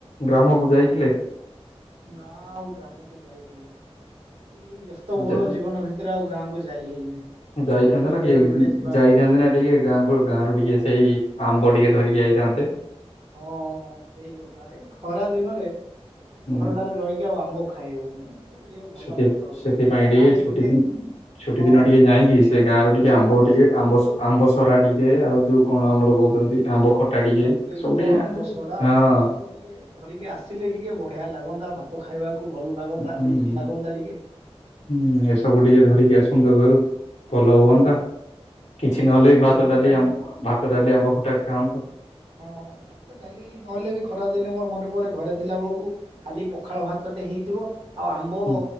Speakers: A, on the left; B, on the right.
A: ଗ୍ରାମକୁ ଯାଇଥିଲେ?
B: ନା ଆଉ ଗ୍ରାମକୁ ଯାଇ ହେଇନି ଏଇ ବ୍ୟସ୍ତବହୁଳ
A: ଯା
B: ଜୀବନ ଭିତ ଗାଁକୁ ଯାଇ ହେଇନି।
A: ଯାଇଥାନ୍ତେ
B: ଦେଖିବା
A: ନା
B: କେବେ
A: ଟିକେ
B: ଗୋଟେ ଯିବା
A: ଯାଇଥାନ୍ତେ
B: ଗାଁକୁ
A: ନା ଟିକେ ଗାଁକୁ ଗାଁ ର
B: ହ
A: ଟିକେ ସେଇ ଆମ୍ବ ଟିକେ ଧରିକି ଆଇଥାନ୍ତେ।
B: ହଁ ସେଇ କଥା ଏଇ ଖରା ଦିନରେ ଏଇ
A: ହୁଁ
B: ସହରଟାରେ ରହିକି ଆଉ ଆମ୍ବ ଖାଇ ହଉନି। ଏ ଯୋଉ ଭଲ
A: ସେଥିଏ
B: ଭଲ ଲାଗୁନି।
A: ସେଥିପାଇଁ
B: ଗାଁରେ
A: ବି ଏ ଛୁଟି
B: ଥିଲେ
A: ଦିନ ଛୁଟି
B: ହଁ
A: ଦିନରେ ଟିକେ ଯାଇଁକି ସେ ଗାଁ ରୁ
B: ବାସ୍
A: ଟିକେ ଆମ୍ବ
B: ବାସ୍
A: ଟିକେ
B: ବାସ୍
A: ଆମ୍ବ
B: ବାସ୍
A: ସ ଆମ୍ବ ସରାଡି କେ ଆଉ ଯୋଉ କଣ
B: ହଁ।
A: ଆମର କହୁଛନ୍ତି ଆମ୍ବ ଖଟା ଟିକେ
B: ଚମ୍ପେଇ
A: ସବୁ
B: ତ
A: ଟିକେ
B: ଆମ୍ବ ସଡା
A: ହଁ।
B: ଏଇ ସବୁ ଟିକେ ଧରିକି ଆସିଲେ ଟିକେ ବଢିଆ ଲାଗନ୍ତା ଭାତ ଖାଇବାକୁ ଭଲ ଲାଗନ୍ତା
A: ହୁଁ
B: ରୁଚି ଲାଗନ୍ତା ଟିକେ।
A: ହୁଁ ହେସବୁ ଟିକେ ଧରିକି ଆସନ୍ତୁ ଘରୁ ଭଲ
B: ହଁ
A: ହୁଅନ୍ତା।
B: ସେଇଆ
A: କିଛି
B: ପା
A: ନହେଲେ
B: ଖରା
A: ବି ଭାତ
B: ଦିନଟାରେ
A: ଡାଲି ଆମ ଭାତ
B: ହଁ
A: ଡାଲି ଆମ୍ବ ଖଟା ଖାଅନ୍ତୁ
B: ହଁ ଭା ତ ଡାଲି ନହେଲେ ବି ଖରା ଦିନ ମୋର ମନେପଡେ ଘରେ ଥିଲା ବେଳକୁ ଖାଲି ପଖାଳ ଭାତଟେ ହେଇଥିବ ଆଉ ଆମ୍ବ
A: ହୁଁ।